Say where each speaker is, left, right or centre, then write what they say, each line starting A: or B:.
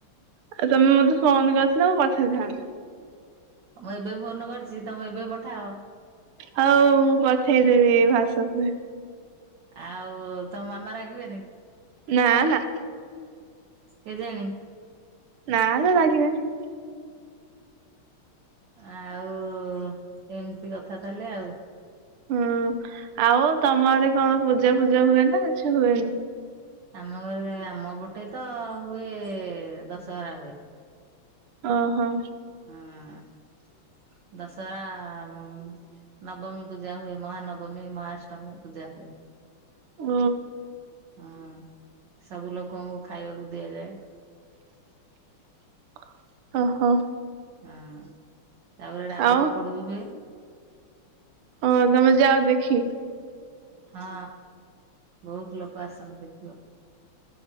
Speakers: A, on the right; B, on the right.
A: ଆଉ ତମେ ମତେ ଫୋନ କରିଥିଲେ ମୁଁ ପଠେଇଥାନ୍ତି।
B: ମୁଁ ଏବେ ଫୋନ କରିଛି ତମେ ଏବେ ପଠାଅ।
A: ହଉ ମୁଁ ପଠେଇଦେବି ହ୍ୱାସପରେ।
B: ଆଉ ତମ ମାମା ରାଗିବେନି?
A: ନାଁ ନାଁ।
B: କେଜାଣି?
A: ନା ଲୋ ରାଗିବେନି।
B: ଆଉ-ଉ ଏମ୍ତି କଥା ତାହେଲେ ଆଉ।
A: ହୁଁ ଆଉ ତମ ଆଡେ କଣ ପୂଜା ଫୂଜା ହୁଏ ନା କିଛି ହୁଏନି?
B: ଆମ ଘରେ ଆମ ପଟେ ତ ହୁଏ-ଏ ଦଶହରା ହୁଏ।
A: ଓହୋ।
B: ଆଁ ଦଶହରା-ଆ ମ୍ ନବମୀ ପୂଜା ହୁଏ, ମହାନବମୀ, ମହାଷ୍ଟମୀ ପୂଜା ହୁଏ।
A: ଓ।
B: ଅଁ ସବୁ ଲୋକଙ୍କୁ ଖାଇବାକୁ ଦିଆଯାଏ।
A: <inaudible> ଓହୋ।
B: ଅଁ ତାପରେ ରାବଣ
A: ଆଉ
B: ପୋଡି ବି ହୁଏ।
A: ଓ ତମେ ଯାଅ ଦେଖି?
B: ହଁ ବହୁତ ଲୋକ ଆସନ୍ତି ଦେଖିବା